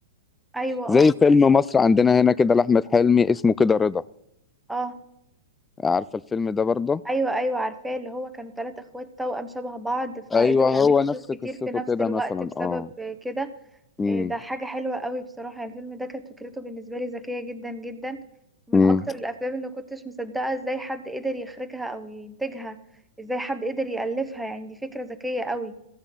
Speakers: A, in the centre; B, on the left.
A: ايوه اه
B: زي فيلم مصر عندنا هنا كده لأحمد حلمي اسمه كده رضا
A: اه
B: عارفة الفيلم ده برضه؟
A: ايوه ايوه عارفاه اللي هو كانوا ثلاثة اخوات توأم شبه بعض فقدروا
B: أيوه
A: يعملوا
B: هو نفس
A: فلوس كتير
B: قصته
A: في نفس
B: كده
A: الوقت
B: مثلا
A: بسبب
B: اه
A: كده
B: امم
A: إيه ده حاجة حلوة قوي بصراحة يعني الفيلم ده كانت فكرته بالنسبة لي ذكية جدا جدا ومن
B: امم
A: اكتر الافلام اللي كنتش مصدقة ازاي حد قدر يخرجها او ينتجها ازاي حد قدر يألفها يعني دي فكرة ذكية قوي